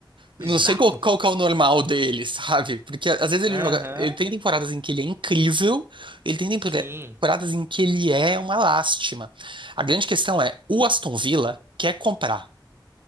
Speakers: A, on the right; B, on the right.
A: Eu
B: exato.
A: não sei qual, qual que é o normal dele, <laughs> sabe? Porque às vezes ele
B: Aham,
A: joga, ele tem temporadas em que ele é incrível, ele tem tempora-
B: sim.
A: temporadas em que ele é uma lástima. A grande questão é, o Aston Villa quer comprar.